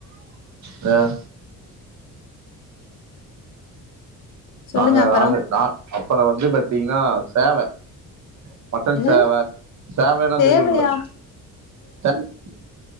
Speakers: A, on the right; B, on the left.
A: அ
B: சொல்லுங்க
A: நாங்க
B: அப்பறோ
A: நானு நா அப்புறம் வந்து பாத்தீங்கன்னா சேவ மட்டன்
B: என்னது
A: சேவ சேவன்னா
B: சேவையா
A: தெரியுல்ல <unintelligible>